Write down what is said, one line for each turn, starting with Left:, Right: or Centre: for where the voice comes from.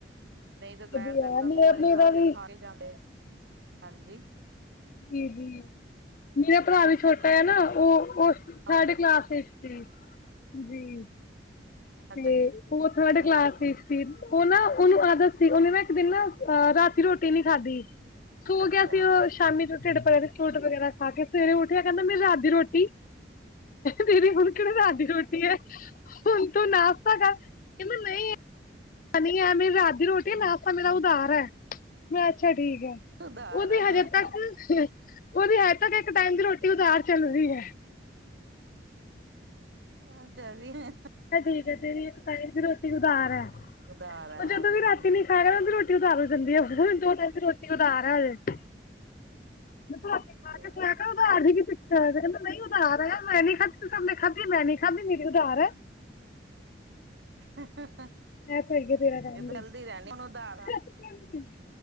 Right: ਨਈ ਤੇ ਦੁਪਹਿਰ
Left: ਵਧੀਆ
Right: ਤੱਕ
Left: ਹੈ
Right: ਤਾਂ
Left: ਮੇਰਾ
Right: ਦੋ ਵਾਰੀ
Left: ਮੇਰਾ
Right: ਖਾਲੇ
Left: ਵੀ
Right: ਖਾ ਕੇ ਜਾਂਦੇ, ਹਾਂਜੀ
Left: ਜੀ ਜੀ ਮੇਰਾ
Right: ਹਾਂਜੀ
Left: ਭਰਾ
Right: ਮੈਂ
Left: ਵੀ
Right: ਕਿਹਾ
Left: ਛੋਟਾ ਆ ਨਾ ਓ ਉਹ ਥਰਡ
Right: ਖਾ ਕੇ
Left: ਕਲਾਸ ਵਿੱਚ ਜੀ, ਜੀ
Right: ਅੱਛਾ
Left: ਤੇ
Right: ਜੀ
Left: ਉਹ ਥਰਡ
Right: ਹਾਂਜੀ
Left: ਕਲਾਸ ਵਿੱਚ ਸੀ ਉਹ ਨਾ ਉਹਨੂੰ ਆਦਤ ਸੀ ਉਹਨੇ ਨਾ ਇੱਕ ਦਿਨ ਨਾ ਅ
Right: ਹੂੰ
Left: ਰਾਤੀ ਰੋਟੀ ਨੀ ਖਾਧੀ ਸੋਂ
Right: ਅੱਛਾ
Left: ਗਿਆ ਸੀ ਓ ਸ਼ਾਮੀ ਤੋਂ ਢਿੱਡ ਪਰਿਆ ਤੇ ਫਰੂਟ ਵਗੈਰਾ ਖਾ ਕੇ ਸਵੇਰੇ ਉਠਿਆ ਕਹਿੰਦਾ ਮੇਰੀ ਰਾਤ ਦੀ ਰੋਟੀ ਦੀਦੀ ਹੁਣ ਕਿਹੜਾ ਰਾਤ ਦੀ ਰੋਟੀ ਏ ਹੁਨ ਤੂੰ ਨਾਸ਼ਤਾ ਕਰ ਕਹਿੰਦਾ ਨਈ ਨਈ ਐ ਮੇਰੀ ਰਾਤ ਦੀ ਰੋਟੀ ਨਾਸ਼ਤਾਂ ਮੇਰਾ ਉਦਾਰ ਏ ਮੈਂ ਅੱਛਾ ਠੀਕ ਐ।
Right: ਉਧਾਰ
Left: ਓਦੀ
Right: ਹੈ
Left: ਹਜੇ ਤੱਕ ਓਦੀ ਹਜੇ ਤੱਕ ਇੱਕ ਟਾਈਮ ਦੀ ਰੋਟੀ ਉਧਾਰ ਚੱਲਰੀ ਐ।
Right: ਹਾਂ ਚੱਲਰੀ ਐ
Left: ਠੀਕ ਐ, ਤੇਰੀ ਇਕ ਟਾਈਮ ਦੀ ਰੋਟੀ ਉਦਾਰ ਐ,
Right: ਉਧਾਰ ਹੈ
Left: ਉਹ
Right: ਹਾਂਜੀ
Left: ਜਦੋਂ ਵੀ ਰਾਤੀ ਨੀ <unintelligible> ਰੋਟੀ ਉਦਾਰ ਹੋ ਜਾਂਦੀ ਐ, ਹੁਣ ਦੋ ਟਾਈਮ ਦੀ ਰੋਟੀ ਐ ਅੱਜੇ ਮੈਂ ਤੂੰ ਰੋਟੀ
Right: ਅੱਛਾ
Left: ਖਾ ਕੇ ਸੋਯਾ ਕਰ ਉਦਾਰ ਦੀ ਕੀ ਤੇ ਕਹਿੰਦਾ ਨਹੀਂ ਉਦਾਰ ਐ, ਮੈਂ ਨਹੀਂ ਖਾਦੀ ਤੁਸੀਂ ਸਭ ਨੇ ਖਾਦੀ, ਮੈਂ ਨਹੀਂ ਖਾਦੀ ਮੇਰੀ ਉਦਾਰ ਐ।
Right: <inaudible>
Left: ਮੈਂ <unintelligible> ਤੇਰਾ ਰਹਿਣ
Right: ਇਹ ਤਾਂ
Left: ਲਈ
Right: ਚਲਦੀ ਰਹਿਣੀ ਹੁਣ ਉਧਾਰ ਆ
Left: <unintelligible>